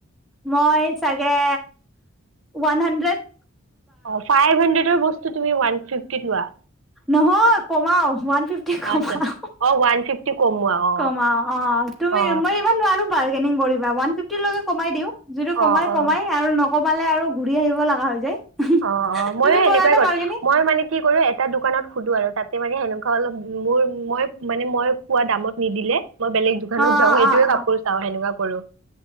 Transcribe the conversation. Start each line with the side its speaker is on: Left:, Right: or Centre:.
Centre: মই চাগে ওৱান হানড্ৰেড
Right: অ ফাইভ হাড্ৰেডৰ বস্তু তুমি ওৱানফি কি থোৱা
Centre: নহয় কমাও ওৱান ফিফটি কমাও
Right: আচ্ছা অ ওৱান ফিফটি কমোৱা অ
Centre: কমাও অ তুমি
Right: অ
Centre: মই ইমান নোৱাৰো বাৰগেং ৱান ফিফটিলকেমাই দিওঁ। যিটো
Right: অ
Centre: কমাই
Right: অ অ
Centre: কমাই আৰু ন কমালে আৰু ঘূৰি আহিব লগা হৈ যায়
Right: অ অ ময়ো
Centre: তুমি
Right: সেনেকুৱাই
Centre: কৰা নে
Right: কৰো
Centre: বাৰ্গেনিং
Right: মই মানে কি কৰো এটা দোকানত। সোধো আৰু তাতে মানে সেনেকুৱা অলপ মোৰ মই মানে মই পোৱা দামত নিদিলে মই বেলেগ দোকানত
Centre: অ',
Right: যাও সেইটোয়ে
Centre: অ', অ'।
Right: কাপোৰ চা সেনেকুৱা কৰো